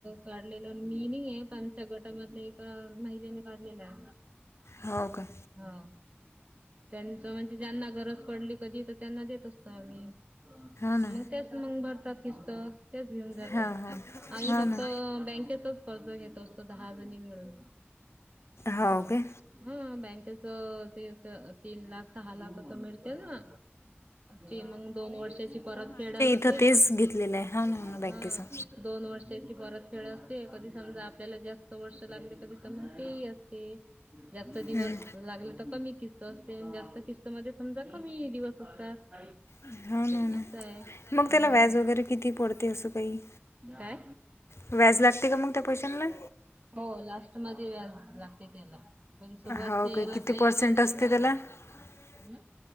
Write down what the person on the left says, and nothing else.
हो का?
ना
हो ना हो हो
हो
ना
हो काय
त तेच घेतलेलं आहे
हो ना हो ना बँकेचं
हं.
हो ना हो ना
मग
त्याला व्याज वगैरे किती पडते असं काही
व्याज लागते का मग त्या पैशांना
हो
काय किती
<unintelligible>